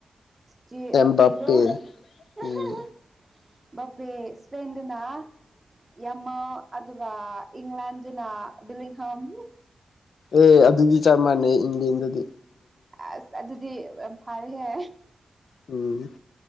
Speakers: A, on the right; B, on the left.
A: ꯆꯦ
B: ꯑꯦꯝꯕꯥꯄꯦ
A: ꯕꯥꯄꯦꯗꯣ
B: ꯎꯝ
A: ꯑꯍꯥꯍꯥ ꯕꯥꯄꯦ ꯁꯄꯦꯟꯗꯨꯅ <unintelligible> ꯌꯥꯃꯥꯜ ꯑꯗꯨꯒ ꯏꯪꯂꯦꯟꯗꯅ ꯕꯤꯂꯤꯡꯍꯝ
B: ꯑꯦ ꯑꯗꯨꯗꯤ ꯆꯞ ꯃꯥꯟꯅꯩ ꯏꯪꯂꯦꯟꯒꯗꯤ
A: ꯑꯁ ꯑꯗꯨꯗꯤ ꯌꯥꯝ ꯐꯔꯦꯍꯦ
B: ꯎꯝ